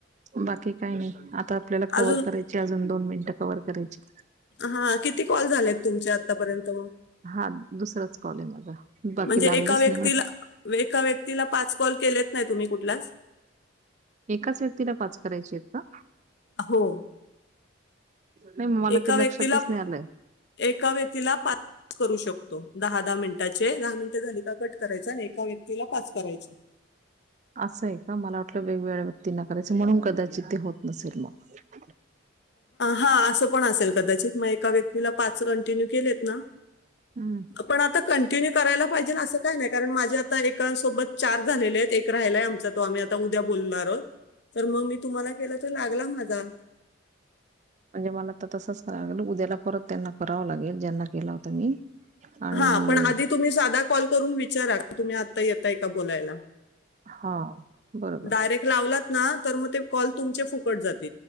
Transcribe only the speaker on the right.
बाकी काही नाही आपल्याला कवर
करायची अजून दोन मिनट कवर करायची
हा दुसराच कॉल आहे माझा. बाकी
लागलेच
नाही ना
एकाच व्यक्तीला पाच करायचे आहेत का
नाही मला
ते
लक्षातच नाही आलंय
असं आहे का मला वाटलं वेगवेगळ्या व्यक्तींना करायच म्हणून कदाचित ते होत नसेल मग
हम्म
म्हणजे मला आता तसच कराय लागल उद्याला परत त्यांना करावं लागेल ज्यांना केला होतं मी आणि
हा बरोबर